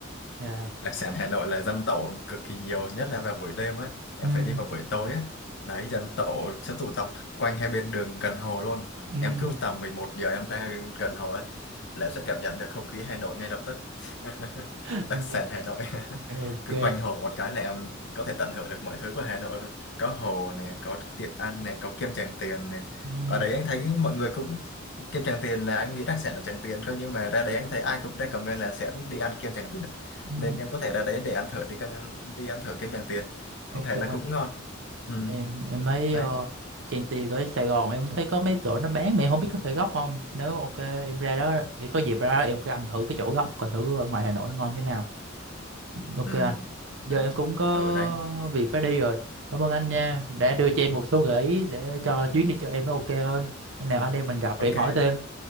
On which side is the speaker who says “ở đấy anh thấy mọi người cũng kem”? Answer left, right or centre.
Left